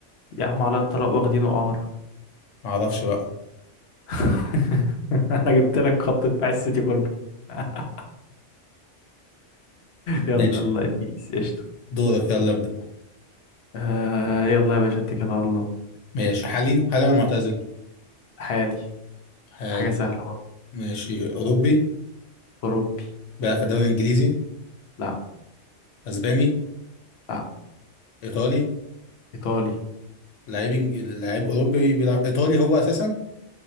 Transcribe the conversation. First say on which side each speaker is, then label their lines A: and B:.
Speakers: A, on the left; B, on the left.
A: يا عم على الطلاق واخدينه قعر
B: ما اعرفش بقى
A: <laughs> انا جبت لك خط دفاع السيتي كله <laughs> يلا
B: ماشي
A: يلا بيس قشطه
B: دورك يلا ابدا
A: آه. يلا يا باشا اتكل على الله
B: ماشي حالي حالي ولا معتزل
A: حالي
B: حالي
A: حاجه سهله
B: ماشي اوروبي
A: أوروبي
B: بيلعب في الدوري الانجليزي
A: لا
B: اسباني
A: لا
B: ايطالي
A: إيطالي
B: لعيب إنج- لعيب اوروبي بيلعب ايطالي هو اساسا